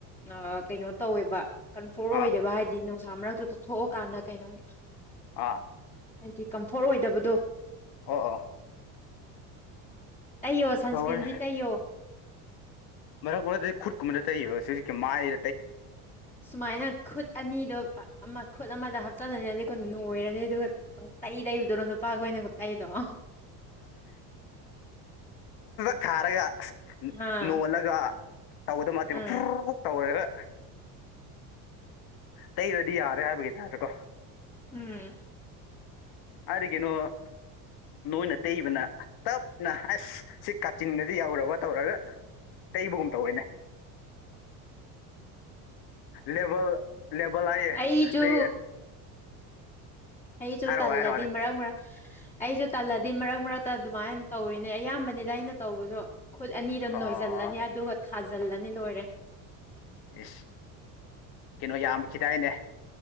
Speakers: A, on the left; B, on the left.
A: ꯑꯥ ꯀꯩꯅꯣ ꯇꯧꯋꯦꯕ ꯀꯟꯐꯣꯔ ꯑꯣꯏꯗꯕ
B: ꯑꯥ
A: ꯍꯥꯏꯗꯤ ꯅꯨꯡꯁꯥ ꯃꯔꯛꯇꯨꯗ ꯊꯣꯛꯑꯀꯥꯟꯗ ꯀꯩꯅꯣꯝ
B: ꯑꯥ
A: ꯍꯥꯏꯗꯤ ꯀꯝꯐꯣꯔꯠ ꯑꯣꯏꯗꯕꯗꯣ
B: ꯑꯣ ꯑꯣ
A: ꯇꯩꯌꯣ ꯁꯟꯁꯀ꯭ꯔꯤꯟꯗꯤ
B: ꯇꯧꯔꯦ
A: ꯇꯩꯌꯣ
B: ꯃꯔꯛ ꯃꯔꯛꯇ ꯈꯨꯠꯀꯨꯝꯕꯗ ꯇꯩꯌꯦꯕꯥ ꯁꯤꯖꯤꯛꯀꯤ ꯃꯥꯏ
A: ꯁꯨꯃꯥꯏꯅ ꯈꯨꯠ ꯑꯅꯤꯗꯣ ꯑꯃ ꯈꯨꯠ ꯑꯃꯗ ꯍꯥꯞꯆꯜꯂꯅꯤ ꯑꯗꯨꯒ ꯅꯣꯏꯔꯅꯤ ꯑꯗꯨꯒ ꯄꯪꯇꯩ ꯇꯩꯕꯗꯨꯔꯣ ꯅꯨꯄꯥꯒꯣꯏꯅꯒ ꯇꯩꯕꯗꯣ
B: ꯀꯥꯔꯒ
A: ꯑꯥ
B: ꯅꯣꯜꯂꯒ ꯇꯧꯒꯗꯕ ꯅꯠꯇꯦꯕ
A: ꯎꯝ
B: ꯐꯨꯔꯔꯨꯔꯨ ꯇꯧꯔꯦꯒꯥ ꯇꯩꯔꯗꯤ ꯌꯥꯔꯦ ꯍꯥꯏꯕꯒꯤ ꯇꯥꯏꯞꯇꯀꯣ
A: ꯎꯝ
B: <unintelligible> ꯅꯣꯏꯅ ꯇꯩꯕꯅ ꯇꯞꯅ ꯑꯁ ꯁꯤ ꯀꯥꯆꯤꯟꯒꯁꯦ ꯌꯧꯔꯕ ꯇꯧꯔꯒ ꯇꯩꯕꯒꯨꯝ ꯇꯧꯋꯤꯅꯦ ꯂꯦꯕꯦꯜ ꯂꯦꯕꯦꯜ ꯍꯥꯏꯌꯦ
A: ꯑꯩꯗꯨ
B: ꯂꯩ
A: ꯑꯩꯁꯨ
B: ꯍꯥꯏꯔꯛꯑꯣ
A: ꯇꯜꯂꯗꯤ
B: ꯍꯥꯏꯔꯛꯑꯣꯅꯦ
A: ꯃꯔꯛ ꯃꯔꯛ ꯑꯩꯁꯨ ꯇꯜꯂꯗꯤ ꯃꯔꯛ ꯃꯔꯛꯇ ꯑꯗꯨꯃꯥꯏꯅ ꯇꯧꯔꯤꯅꯦ ꯑꯌꯥꯝꯕꯅꯤꯗ ꯑꯩꯅ ꯇꯧꯕꯁꯨ ꯈꯨꯠ ꯑꯅꯤꯗ
B: ꯑꯣ
A: ꯅꯣꯏꯖꯥꯟꯂꯅꯤ ꯑꯗꯨꯒ ꯊꯥꯖꯜꯂꯅꯤ ꯂꯣꯏꯔꯦ
B: ꯏꯁꯁ ꯀꯩꯅꯣ ꯌꯥꯝꯈꯤꯗꯥꯏꯅꯦ